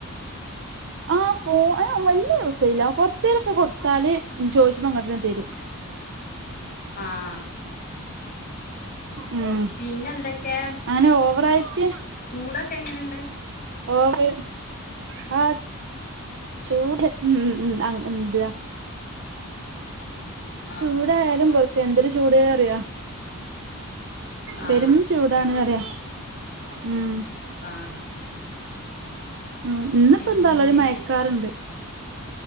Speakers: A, on the right; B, on the left.
A: ആഹ് ഫോ ഏ വല്യ യൂസെയ്യില്ല. കൊറ്ച്ചേരൊക്കെ കൊടുത്താല് ചോയ്ച്ചുപ്പ ഇങ്ങട്ടെന്നെ തരും.
B: ആഹ്
A: ഉം
B: പിന്നെന്തൊക്കെ
A: അങ്ങനെ ഓവറായിട്ട്
B: ചൂടൊക്കെ എങ്ങനെണ്ട്.
A: ഓവ്റ് <unintelligible> ചൂട് ഉം ഉം <unintelligible>
B: ആഹ്
A: ചൂടായാലും പൊറുക്ക. എന്തൊരു ചൂട് അറ്യാെ.
B: ആഹ്
A: പെരും ചൂടാണ് അറ്യ ഉം.
B: ആഹ്
A: ഉം ഇന്നിപ്പ
B: പിന്നെ
A: എന്താറ്ല ഒരു മയക്കാറ്ണ്ട്.